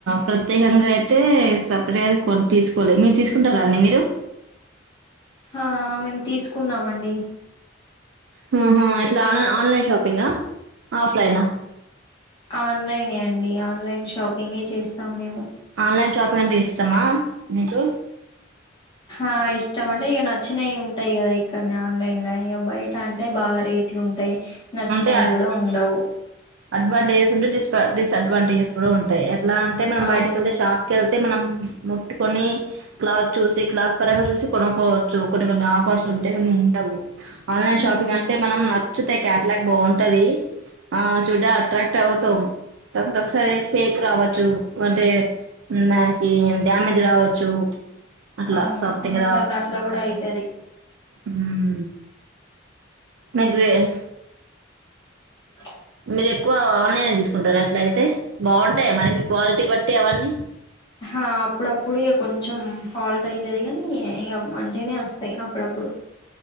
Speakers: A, on the right; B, on the left.
A: ప్రత్యేకంగా అయితే సపరేట్ అ కొ తీసుకోవాలి మీరు తీసుకుంటారా అండి మీరు
B: ఆ మేము తీసుకున్నామండి
A: హ హా అట్లా ఆన్లైన్ షాపింగ్ గ ఆఫ్లైన్ హా
B: ఆన్లైనే అండి ఆన్లైన్ షాపింగే చేస్తాం మేము
A: ఆన్లైన్ షాపింగ్ అంటే ఇష్టమా మీకు
B: ఆ ఇష్టం అంటే ఇక నచ్చినవి ఉంటాయి కదా ఇక్కడ ఆన్లైన్ లో ఇక బయట అంటే బాగా రేట్లు ఉంటాయి నచ్చినవి
A: అంటే
B: కూడా ఉండవు
A: అడ్వాంటేజెస్ ఉంటే డి డిసఅడ్వాంటేజెస్ కూడా ఉంటాయి ఎలా అంట మనం
B: అవును
A: బయటకి వెళ్తే షాప్కి వెళ్తే మనం ముట్టుకొని క్లాత్ చూసి క్లాత్ పరంగా చూసి కొనుక్కోవచ్చు కొన్ని కొన్ని ఆఫర్స్ ఉంటే కొన్ని ఉంటావు ఆన్లైన్ షాపింగ్
B: ఉమ్
A: అంటే మనం ఉ కేయాటలాగ్ బాగుంటది ఆ చూడ అట్రాక్ట్ అవుతాం ఒకసారి ఫేక్ రావచ్చు అంటే దానికి డ్యామేజ్ రావచ్చు అట్లా
B: అవును
A: సంథింగ్
B: కొన్నిసార్లు అట్లా కూడా అయితది
A: ఉ నాకు ప
B: అ
A: మీరు ఎక్కువ ఆన్లైన్ తీసుకుంటారా అట్లా అయితే బాగుంటాయా మరి మీ క్వాలిటీ బట్టి అవన్నీ
B: ఆ అప్పుడప్పుడు ఇక కొంచెం ఫాల్ట్ అవుతుది కానీ ఇక మంచిగానే వస్తాయి అప్పుడప్పుడు